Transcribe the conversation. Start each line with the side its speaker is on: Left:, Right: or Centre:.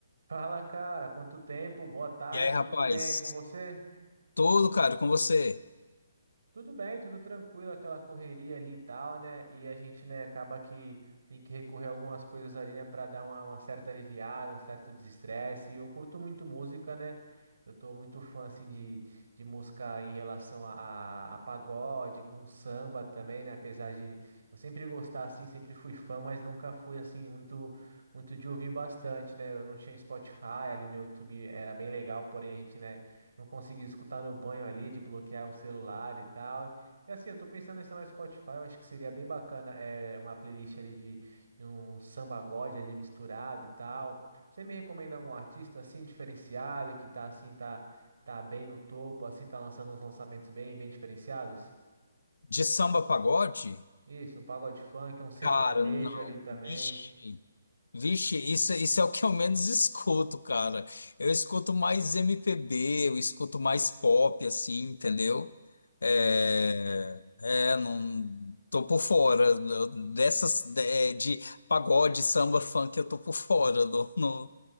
Right: Fala, cara, quanto tempo? Boa tarde,
Left: E aí, rapaz?
Right: tudo bem com você?
Left: Todo, cara, com você?
Right: Tudo bem, tudo tranquilo, aquela correria ali e tal, né? E a gente, né, acaba que tem que recorrer a algumas coisas ali, né, para dar uma, uma certa aliviada, um certo desestresse. E eu curto muito música, né? Eu tô muito fã, assim, de, de música em relação a, a, a pagode, com samba também, né? Apesar de eu sempre gostar, assim, sempre fui fã, mas nunca fui, assim, muito, muito de ouvir bastante, né? Eu não tinha Spotify, ali no YouTube era bem legal, porém a gente, né? não conseguir escutar no banho ali, de bloquear o celular e tal. E assim, eu tô pensando em instalar no Spotify, eu acho que seria bem bacana é, uma playlist ali de, de um samba god ali misturado e tal. Você me recomenda algum artista assim, diferenciado, que tá assim, tá, tá bem no topo, assim, tá lançando uns lançamentos bem, bem diferenciados?
Left: De samba a pagode?
Right: Isso, um pagode funk, um sertanejo
Left: Cara, não.
Right: ali também.
Left: Vixe. Vixe, isso, isso é o que eu menos escuto, cara. Eu escuto mais MPB, eu escuto mais pop, assim, entendeu? É, é não. Tô por fora dessas de, de pagode, samba, funk, eu tô por fora. Não, não,